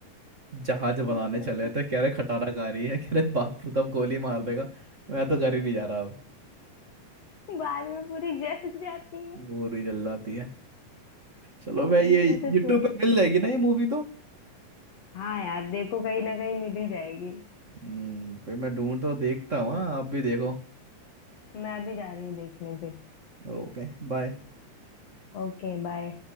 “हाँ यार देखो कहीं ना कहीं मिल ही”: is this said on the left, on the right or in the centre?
Left